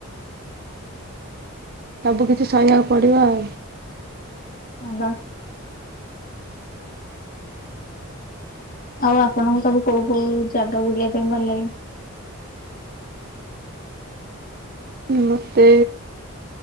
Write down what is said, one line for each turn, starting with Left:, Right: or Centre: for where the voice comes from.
Right: ସବୁ କିିଛି ସହିବାକୁ ପଡିବ ଆଉ।
Left: ହଁ ବା, ଆଉ ଆପଣଙ୍କୁ ସବୁ କୋଉ କୋଉ ଜାଗା ବୁଲିବା ପାଇଁ ଭଲ ଲାଗେ?
Right: ମତେ